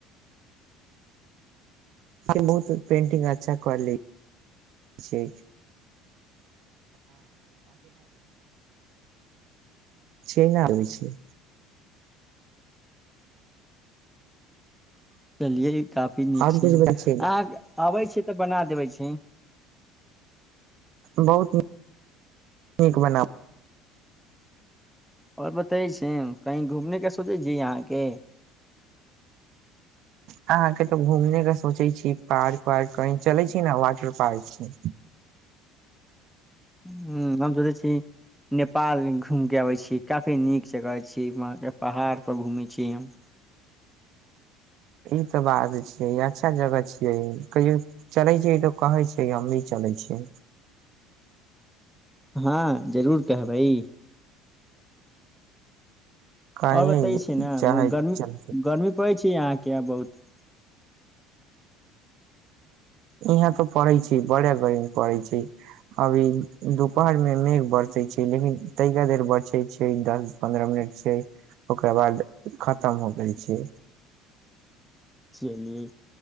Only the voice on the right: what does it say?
बहुत पेन्ंटिंग अच्छा कर लै छियै छैना होइ छै
आओर
कुछ बता
छै
बहुत नीक बनाबै
अहाँ के तऽ घूमने के सोचै छी पार्क वार्क कही चलै छी ने वाटर पार्क छै
ई तऽ बात छियै अच्छा जगह छियै कहियो चलै छै ई तऽ कहै छै हमी चलै छियै
कहिये
चाहे
चल
इहाँ तऽ पड़ै छै बड़ा गर्मी पड़ैय छै अभी दुपहरमे मेघ बरसै छै लेकिन तहिया देर बरसै छै दस पन्द्रह मिनट छै ओकरा बाद खतम हो गेल छै